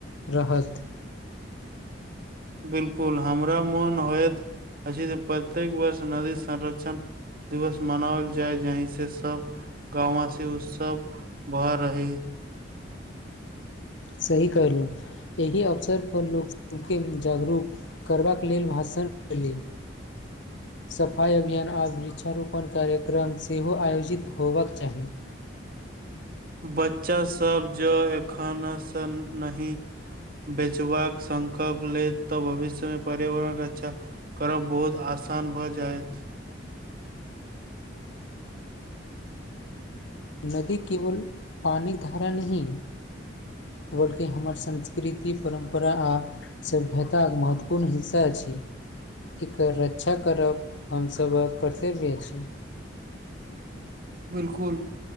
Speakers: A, on the left; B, on the right.
A: रहत
B: बिलकुल हमरा मोन होइत अछि जे प्रत्येक वर्ष नदी संरक्षण दिवस मनाओल जाय जहि से सब गाँववासी उत्सव भर रहे
A: सही कयलहुँ एहि अवसरपर लोकसभके जागरूक करबाक लेल भाषण दी सफाइ अभियान आब वृक्षारोपण कार्यक्रम सेहो आयोजित होयबाक चाही
B: बच्चा सब जो एखनसँ नही बेचबाक संकल्प ले तऽ भविष्यमे पर्यावरण रक्षा करब बहुत आसान भऽ जायत
A: नदी केवल पानी धारा नहि बोलकि हमर संस्कृति परम्परा आ सभ्यताके महत्वपूर्ण हिस्सा छै एकर रक्षा करब हमसभक कर्तव्य अछी
B: बिलकुल